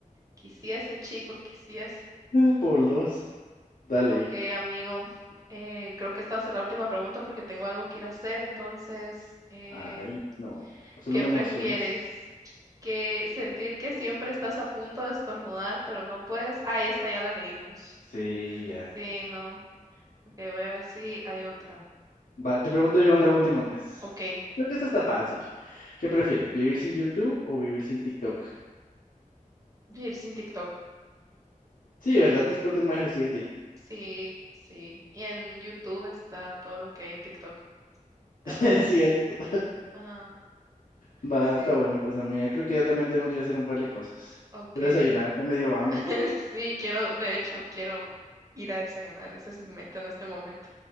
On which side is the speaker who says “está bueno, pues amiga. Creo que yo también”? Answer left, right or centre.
Left